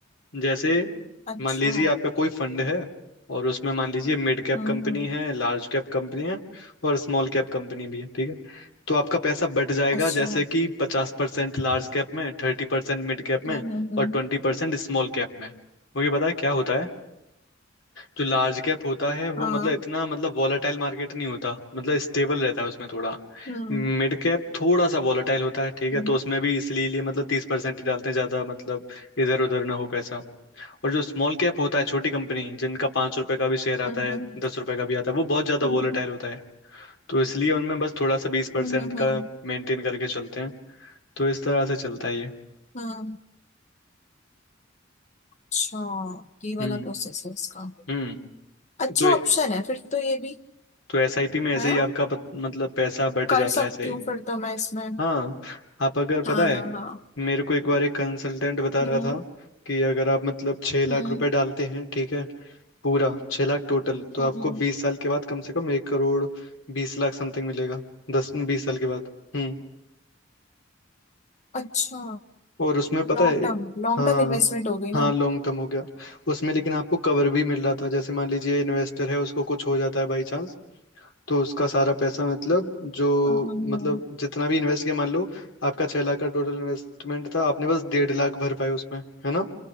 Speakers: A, on the left (about 80°); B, on the left (about 40°).
A: जैसे
B: अच्छा
A: मान लीजिए आपका कोई फंड है और उसमें मान लीजिए मिड कैप
B: हम्म
A: कंपनी
B: हम्म,
A: है लार्ज कैप कंपनी है और स्मॉल कैप कंपनी भी है ठीक है तो आपका पैसा बट जाएगा
B: अच्छा
A: जैसे
B: हम्म
A: कि पचास परसेंट लार्ज कैप में थर्टी परसेंट मिड कैप में
B: हम्म हम्म,
A: और ट्वेंटी परसेंट स्मॉल कैप में मुझे पता है क्या होता है जो लार्ज कैप होता है वो
B: हाँ
A: मतलब इतना मतलब वॉलेटाइल मार्केट नहीं होता मतलब स्टेबल रहता है उसमें थोड़ा
B: हम्म
A: मिड कैप थोड़ा सा वॉलेटाइल होता है ठीक है
B: हम्म
A: तो उसमें भी इसलिए लिए मतलब तीस परसेंट ही डालते हैं ज़्यादा मतलब इधर उधर ना हो पैसा और जो स्मॉल कैप होता है छोटी कंपनी जिनका पाँच रुपए का भी शेयर आता
B: हम्म
A: है
B: हम्म
A: दस रुपए का भी आता है वो बहुत ज़्यादा
B: हम्म
A: वोलेटाइल होता है तो इसलिए उनमें बस थोड़ा सा बीस परसेंट
B: हम्म हम्म हम्म,
A: का मेंटेन करके चलते हैं तो इस तरह से चलता है ये
B: हम्म, अच्छा ये वाला
A: हम्म
B: प्रोसेस है उसका
A: हम्म
B: अच्छा
A: तो
B: ऑप्शन है फिर तो ये भी
A: तो एसआईपी में ऐसे
B: है
A: ही
B: ना
A: आपका पत- मतलब पैसा बट
B: कर
A: जाता
B: सकती
A: है ऐसे ही
B: हूँ फिर तो मैं इसमें
A: हाँ आप अगर पता
B: हाँ
A: है
B: हाँ हाँ
A: मेरे को एक बार एक कंसल्टेंट बता रहा
B: हम्म
A: था कि अगर आप मतलब छह लाख
B: हम्म
A: रुपए डालते हैं ठीक है पूरा छह लाख टोटल तो
B: हम्म
A: आपको
B: हम्म।
A: बीस साल के बाद कम से कम एक करोड़ बीस लाख समथिंग मिलेगा दस बीस साल के बाद हम्म
B: अच्छा
A: और उसमें पता
B: लॉन्ग
A: है
B: टर्म लॉन्ग
A: हाँ
B: टर्म इन्वेस्टमेंट हो गई
A: हाँ
B: ना
A: लॉन्ग टर्म हो गया उसमें लेकिन आपको कवर भी मिल रहा था जैसे मान लीजिए इन्वेस्टर है उसको कुछ हो जाता है बाई चांस तो उसका सारा पैसा मतलब जो
B: हाँ हाँ,
A: मतलब
B: हाँ,
A: जितना भी इन्वेस्ट किया मान लो आपका छह लाख का टोटल इन्वेस्टमेंट था आपने बस डेढ़ लाख भर पाए उसमें है ना